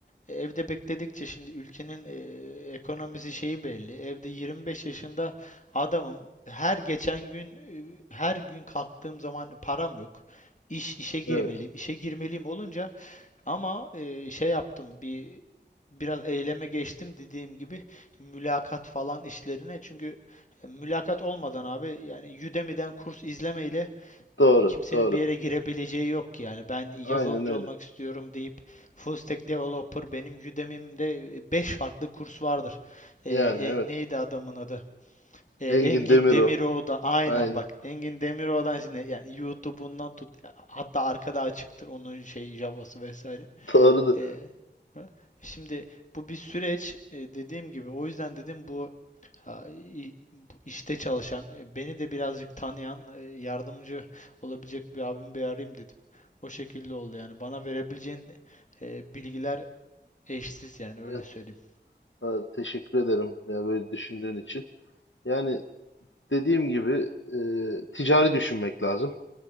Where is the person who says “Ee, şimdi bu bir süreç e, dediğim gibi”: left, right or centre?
Left